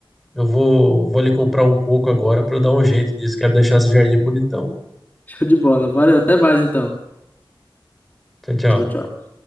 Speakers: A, in the centre; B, on the left.
A: Eu vou, vou lhe comprar um coco agora para dar um jeito nisso. Quero deixar esse jardim bonitão.
B: Show de bola. Valeu, até mais então.
A: Tchau, tchau.
B: Tchau, tchau.